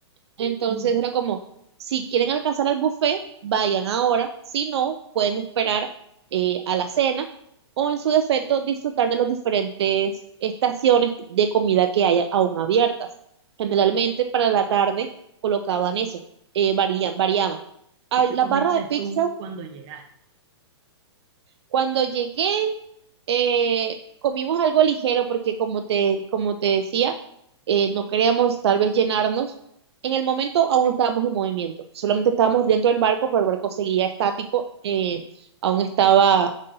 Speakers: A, on the right; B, on the right.
A: Entonces
B: Mm,
A: era como, si quieren alcanzar al buffet, vayan ahora, si no, pueden esperar eh, a la cena o en su defecto disfrutar de las diferentes estaciones de comida que hay aún abiertas. Generalmente
B: ¿Y
A: para la tarde colocaban eso, eh, varía- variaban. A-
B: y qué
A: La
B: comiste
A: barra de pizza,
B: tú cuando llegaste?
A: cuando llegué Eh, comimos algo ligero porque como te, como te decía, eh, no queríamos tal vez llenarnos. En el momento aún no estábamos en movimiento, solamente estábamos dentro del barco, pero el barco seguía estático, eh, aún estaba